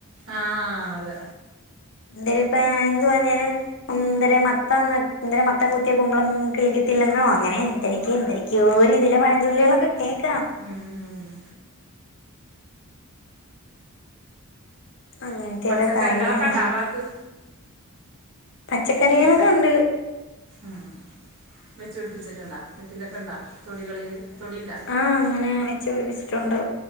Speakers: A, on the right; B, on the left.
A: ആഹ അതെ.
B: എന്തിരിപ്പോ എന്ത് പറഞ്ഞാലും. എ മത്തം ഇ മത്തം കുത്തിയെ കുമ്പളം കിളിക്കത്തില്ലെന്നോ അങ്ങനെ എന്തൊക്കെ എന്തിരി ക്ൂ രീതിെ പഴഞ്ചൊുള്ളികളൊക്കെ കേൾക്കാം.
A: ഉം ഉം ഉം
B: അങ്ങനത്തെയൊക്കെ
A: പച്ചക്കറികളൊക്കെണ്ടാ
B: കാര്യങ്ങളാണ്
A: ആഭാത്ത്.
B: പച്ചക്കറികളൊക്കെ
A: പച്ച
B: ണ്ട്.
A: ഉം വെച്ച് പിടിപ്പിച്ചിട്ടണ്ടോ വീട്ടിലൊക്കെ ണ്ടോ തൊടികളിൽ തൊടിയണ്ടോ.
B: ആഹ അങ്ങനെ വെച്ചു പിടിപ്പിച്ചിട്ടുണ്ട്.